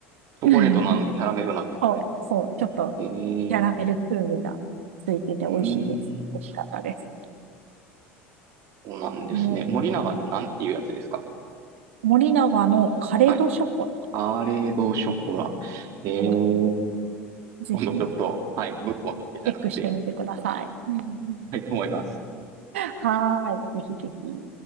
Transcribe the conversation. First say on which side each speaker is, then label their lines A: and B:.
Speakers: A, on the right; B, on the right.
A: ョコレートなのにキャラメルなんですね。
B: <laughs> そう、そう、ちょっと
A: えー、
B: キャラメル風味がついてて美味しいです。
A: うーん。
B: 美味しかったです。
A: そうなんですね。
B: ね、
A: 森永のなんていうやつですか
B: 森永のカレドショコラ、
A: はい。アーレードショコラ。えー、
B: あれぜひチ
A: 今度ちょっと、はい、ブルボンだけじゃなくて、
B: ェックしてみてください。<laughs>
A: いきたいと思います。
B: はーい、ぜひぜひ。